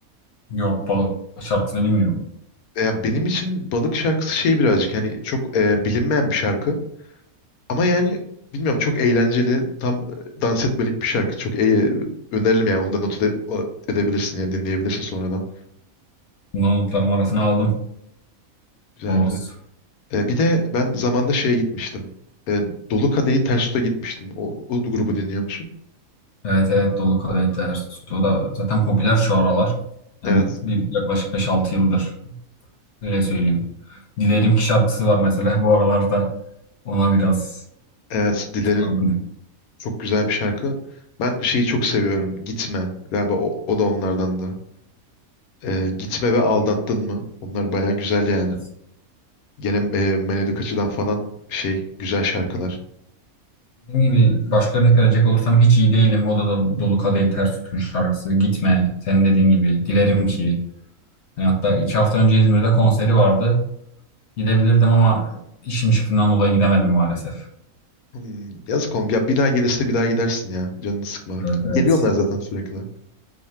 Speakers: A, on the left; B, on the left.
A: Yok balık şarkısını bilmiyorum.
B: Ya benim için Balık şarkısı şey birazcık hani çok e, bilinmeyen bir şarkı. Ama yani bilmiyorum çok eğlenceli, tam e, dans etmelik bir şarkı. Çok e, öneririm yani onu da not ede- o- edebilirsin ya dinleyebilirsin sonradan.
A: Bundan notlarım arasına aldım.
B: Güzel
A: Oğuz.
B: güzel. E, bir de ben zamanında şeye gitmiştim. E, Dolu Kadehi Ters Tut'a gitmiştim. O, o grubu dinliyor musun?
A: Evet evet dolu kadehler sütü. O da zaten popüler şu aralar. Yani
B: Evet.
A: bir yaklaşık beş altı yıldır. Öyle söyleyeyim. Dilerim ki şarkısı var mesela. <laughs> Bu aralarda ona biraz
B: Evet. Dilerim
A: sardım.
B: çok güzel bir şarkı. Ben şeyi çok seviyorum. Gitme. Galiba o, o da onlardandı. E, Gitme ve Aldattın mı? Onlar baya güzel yani.
A: biraz.
B: Gene e, melodik açıdan falan şey güzel şarkılar.
A: Dediğim gibi başka örnek verecek olursam hiç iyi değilim. O da, da Dolu Kadehi Ters Tutun şarkısı. Gitme. Senin dediğin gibi. Dilerim ki. Yani hatta iki hafta önce İzmir'de konseri vardı. Gidebilirdim ama işim çıktığından dolayı gidemedim maalesef.
B: Hmm, yazık oğlum. Ya bir daha gelirse bir daha gidersin ya. Canını sıkma.
A: Evet evet.
B: Geliyorlar zaten sürekli.